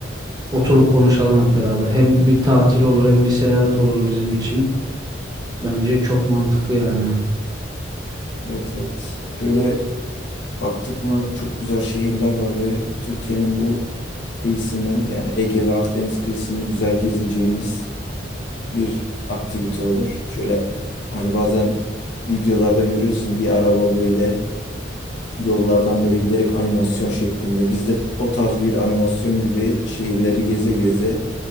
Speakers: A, on the right (about 20°); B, on the left (about 70°).
A: oturup konuşalım hep beraber. Hem bir tatil olur hem bir seyahat olur bizim için. Bence çok mantıklı yani.
B: evet evet. Şöyle baktık mı çok güzel şehirler var ve Türkiye'nin bu kıyısını yani Ege ve Akdeniz kıyısını güzel gezeceğimiz bir aktivite olur. Şöyle hani bazen videolarda görüyorsun bir araba böyle yollardan böyle giderek animasyon şeklinde. Biz de o tarz bir animasyon gibi şehirleri geze geze